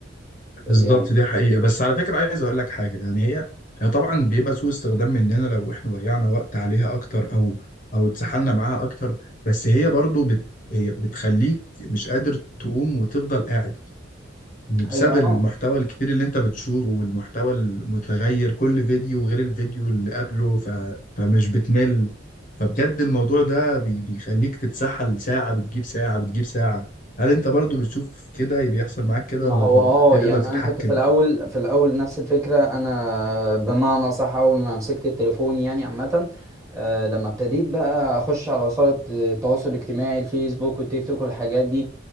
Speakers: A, on the left; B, on the right.
A: بالظبط
B: يعني
A: دي حقيقة بس على فكرة عايز أقول لك حاجة يعني هي هي طبعا بيبقى سوء استخدام مننا لو إحنا ضيعنا وقت عليها أكتر أو أو اتسحلنا معاها أكتر بس هي برضو بت هي بتخليك مش قادر تقوم وتفضل قاعد بسبب
B: هي اه
A: المحتوى الكتير اللي أنت بتشوفه والمحتوى المتغير كل فيديو غير الفيديو اللي قبله ف... فمش بتمل فبجد الموضوع ده بي... بيخليك تتسحل ساعة بتجيب ساعة بتجيب ساعة هل أنت برضو بتشوف كده بيحصل معاك كده
B: ما
A: ولا
B: هو اه
A: بتقدر
B: يعني
A: تتحكم؟
B: انا كنت في الاول في الاول نفس الفكره انا بمعنى صح اول ما مسكت التليفون يعني عامه آه، لما ابتديت بقى اخش على وسائل التواصل الاجتماعي الفيسبوك والتيك توك والحاجات دي